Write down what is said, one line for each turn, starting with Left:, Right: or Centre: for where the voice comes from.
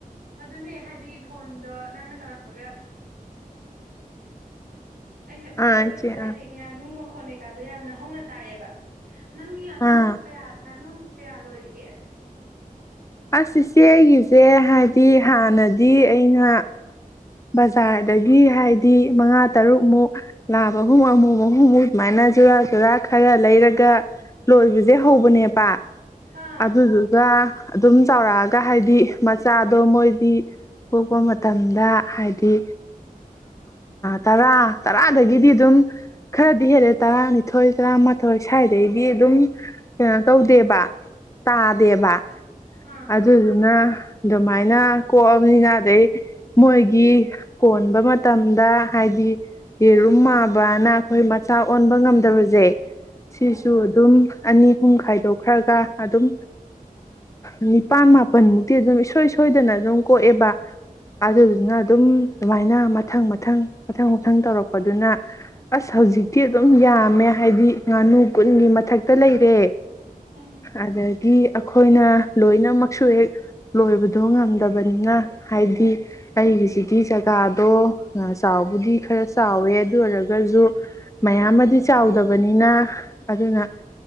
Right: ꯑꯗꯨꯅꯦ ꯍꯥꯏꯗꯤ ꯐꯣꯟꯗꯣ ꯅꯪꯅ ꯇꯥꯔꯛꯄꯒ ꯑꯩꯅ
Left: ꯑꯥ
Right: ꯑꯣꯀ
Left: ꯏꯆꯦ
Right: ꯀꯗꯨ
Left: ꯑꯥ
Right: ꯍꯥꯏꯗꯤ ꯉꯅꯨꯃ ꯈꯣꯟꯅꯤꯀꯥꯗꯣ ꯌꯥꯝꯅ ꯍꯧꯅ ꯇꯥꯏꯌꯦꯕ ꯅꯪꯒꯤ ꯑꯥꯅꯨꯃꯨꯛ
Left: ꯑꯥ
Right: ꯀꯌꯥ ꯉꯥꯅꯨ ꯀꯌꯥ ꯂꯣꯏꯔꯤꯒꯦ
Left: ꯑꯁ ꯏꯆꯦꯒꯤꯁꯦ ꯍꯥꯏꯗꯤ ꯍꯥꯟꯅꯗꯤ ꯑꯩꯅ ꯕꯖꯥꯔꯗꯒꯤ ꯍꯥꯏꯗꯤ ꯃꯉꯥ ꯇꯔꯨꯛ ꯑꯃꯨꯛ ꯂꯥꯕꯒꯨꯝ ꯑꯃꯨꯛ ꯨꯨ ꯉꯥꯅꯨꯁꯦ ꯁꯨꯃꯥꯏꯅ ꯨꯔꯥ ꯆꯨꯔꯥ ꯈꯔ ꯂꯩꯔꯒ ꯂꯣꯏꯕꯁꯦ ꯍꯧꯕꯅꯦꯕ
Right: ꯑꯥ
Left: ꯑꯗꯨꯗꯨꯒ ꯑꯗꯨꯝ ꯆꯥꯎꯔꯛꯑꯒ ꯍꯥꯏꯗꯤ ꯃꯆꯥꯗꯣ ꯃꯣꯏꯗꯤ ꯀꯣꯛꯄ ꯃꯇꯝꯗ ꯍꯥꯏꯗꯤ ꯇꯔꯥ ꯇꯔꯥꯗꯒꯤꯗꯤ ꯑꯗꯨꯝ ꯈꯔꯗꯤ ꯍꯦꯜꯂꯦ ꯇꯔꯥꯅꯤꯊꯣꯏ ꯇꯔꯥꯃꯥꯊꯣꯏ ꯁ꯭ꯋꯥꯏꯗꯗꯒꯤꯗꯤ ꯑꯗꯨꯝ ꯀꯩꯅꯣ ꯇꯧꯗꯦꯕ ꯇꯥꯗꯦꯕ
Right: ꯑꯥ
Left: ꯑꯗꯨꯗꯨꯅ ꯑꯗꯨꯃꯥꯏꯅ ꯀꯣꯛꯑꯕꯅꯤꯅ ꯑꯗꯩ ꯃꯣꯏꯒꯤ ꯀꯣꯟꯕ ꯃꯇꯝꯗ ꯍꯥꯏꯗꯤ ꯌꯦꯔꯨꯝ ꯃꯥꯕꯅ ꯑꯩꯈꯣꯏ ꯃꯆꯥ ꯑꯣꯟꯕ ꯉꯝꯗꯕꯁꯦ ꯁꯤꯁꯨ
Right: ꯎꯝ
Left: ꯑꯗꯨꯝ ꯑꯅꯤ ꯑꯍꯨꯝ ꯈꯥꯏꯗꯣꯛꯈ꯭ꯔꯒ ꯑꯗꯨꯝ ꯅꯤꯄꯥꯟ ꯃꯥꯄꯜꯃꯨꯛꯇꯤ ꯑꯗꯨꯝ ꯏꯁꯣꯏ ꯁꯣꯏꯗꯅ ꯑꯗꯨꯝ ꯀꯣꯛꯑꯦꯕ ꯑꯗꯨꯗꯨꯅ ꯑꯗꯨꯝ ꯑꯗꯨꯃꯥꯏꯅ ꯃꯊꯪ ꯃꯊꯪ ꯃꯊꯪ ꯃꯊꯪ ꯇꯧꯔꯛꯄꯗꯨꯅ ꯑꯁ ꯍꯧꯖꯤꯛꯇꯤ ꯑꯗꯨꯝ ꯌꯥꯝꯃꯦ ꯍꯥꯏꯗꯤ ꯉꯥꯅꯨ ꯀꯨꯟꯒꯤ ꯃꯊꯛꯇ ꯂꯩꯔꯦ
Right: ꯎꯝ
Left: ꯑꯗꯒꯤ ꯒꯤ ꯑꯩꯈꯣꯏꯅ ꯂꯣꯏꯅꯃꯛꯁꯨ ꯍꯦꯛ ꯂꯣꯏꯕꯗꯣ ꯉꯝꯗꯕꯅꯤꯅ ꯍꯥꯏꯗꯤ ꯑꯩꯒꯤꯁꯤꯒꯤ ꯖꯒꯥꯗꯣ ꯆꯥꯎꯕꯨꯗꯤ ꯈꯔ ꯆꯥꯎꯋꯦ ꯑꯗꯨ ꯑꯣꯏꯔꯒ ꯖꯨ ꯃꯌꯥꯝ ꯑꯃꯗꯤ ꯆꯥꯎꯗꯕꯅꯤꯅ ꯑꯗꯨꯅ